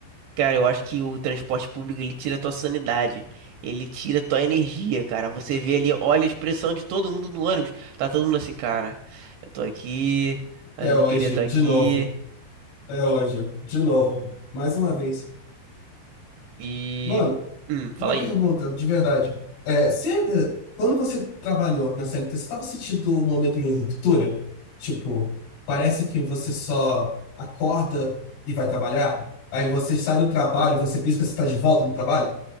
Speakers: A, on the right; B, on the left.
A: Cara, eu acho que o transporte público ele tira a tua sanidade, ele tira a tua energia, cara. Você vê ali, olha a expressão de todo mundo no ônibus. Tá todo mundo assim, cara, eu tô aqui, mas
B: É
A: eu
B: hoje,
A: não queria estar aqui.
B: de novo. É hoje, de novo. Mais uma vez.
A: E.
B: Mano,
A: Hum, fala
B: uma
A: aí.
B: pergunta, de verdade. É, você ainda, quando você trabalhou na CLT, você estava sentindo um momento de ruptura? Tipo, parece que você só acorda e vai trabalhar? Aí você sai do trabalho, você pisca, você está de volta no trabalho?